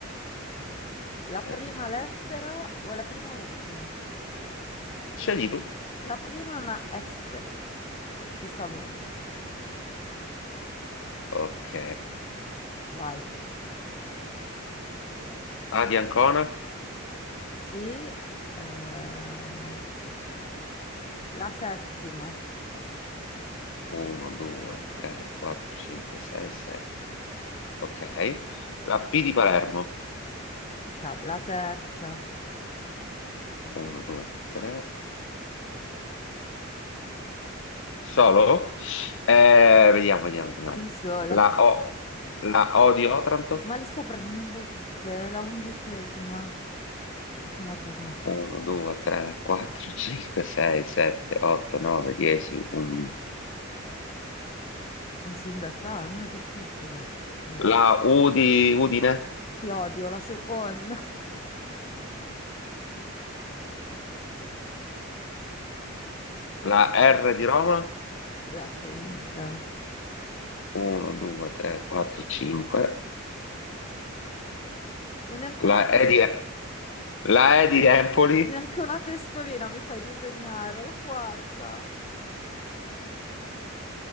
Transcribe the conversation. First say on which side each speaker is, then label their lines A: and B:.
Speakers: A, on the left; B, on the left.
A: La
B: Sì.
A: prima lettera o la prima o l'ultima?
B: Scegli tu.
A: La prima è una S di Savona.
B: Ok.
A: Vai.
B: A di Ancona?
A: Sì, eh, attici- eh, la settima,
B: 1, 2, 3, 4, 5, 6, 7. Ok. La P di Palermo?
A: <laughs> ca- la terza,
B: 1, 2, 3. Solo? Eh, vediamo, vediamo, vediamo.
A: sì solo.
B: La O. La O di Otranto?
A: Ma le stai prendendo tutte? La undicesima, proprio una giornataccia.
B: 1, 2, 3, 4, 5, 6, 7, 8, 9, 10, 11.
A: Mi sono detta, ah, non è difficile. Niente.
B: La U di Udine,
A: Ti odio, la seconda, <laughs>
B: la R di Roma,
A: la quinta.
B: 1, 2, 3, 4, 5,
A: Ma Neanche
B: la
A: una, tes-
B: E di, la E di Empoli,
A: neanche una testolina mi fai disegnare, la quarta,